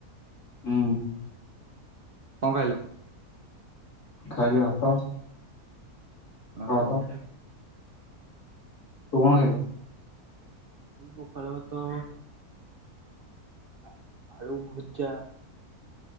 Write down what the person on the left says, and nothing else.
ହୁଁ।
ଖାଇଲି ଭାତ
ଭାତ ତୁ କଣ ଖାଇଲୁ?